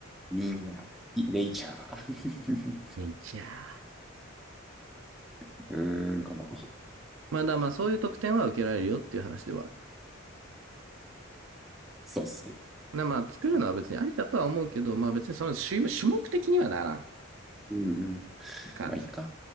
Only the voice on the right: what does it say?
ね、いちゃー。
まあだ、まあそういう特典は受けられるよっていう話ではある。
なまあ作るのは別にありだとは思うけど、まあ別にその種種目的にはならんっ
て感じ。